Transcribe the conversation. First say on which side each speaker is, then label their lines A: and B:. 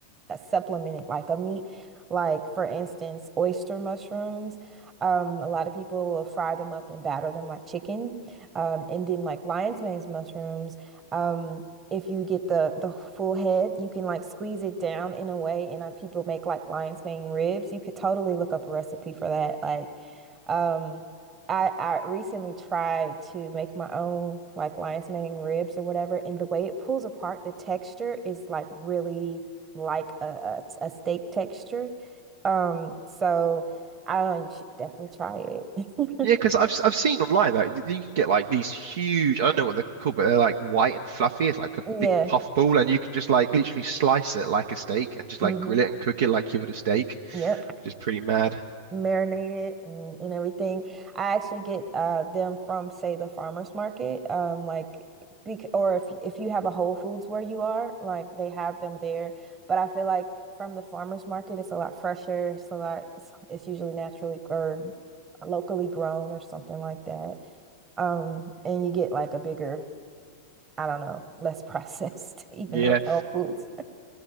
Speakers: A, on the right (about 25°); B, on the right (about 55°).
A: uh, supplement it like a meat. Like for instance, oyster mushrooms. Um, a lot of people will fry them up and batter them like chicken. Um, and then like lion's mane's mushrooms. Um, if you get the the full head, you can like squeeze it down in a way, and uh, people make like lion's mane ribs. You could totally look up a recipe for that. Like, um, I I recently tried to make my own like lion's mane ribs or whatever, and the way it pulls apart, the texture is like really like a, a, a steak texture. Um, so I don't know, you should definitely try it.
B: Yeah, because
A: <laughs>
B: I've s- I've seen online that like you can get like these huge I don't know what they're called, but they're like white and fluffy. It's like a
A: Yeah.
B: big puff ball, and you can just like literally slice it like a steak and just
A: hmm
B: like grill it and cook it like you would a steak,
A: Yep.
B: which is pretty mad.
A: Marinated and, and everything. I actually get uh them from say the farmers market. Um like bec or if if you have a Whole Foods where you are, like they have them there. But I feel like from the farmers market it's a lot fresher. It's a lot it's, it's usually naturally or locally grown or something like that. Um and you get like a bigger I don't know, less processed, <laughs> even
B: Yeah.
A: though it's Whole Foods.